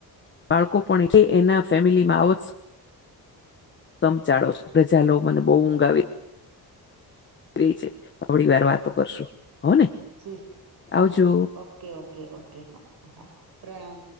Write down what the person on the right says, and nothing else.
સુઈ
જા ઓકે, ઓકે, ઓકે હા પ્રણામ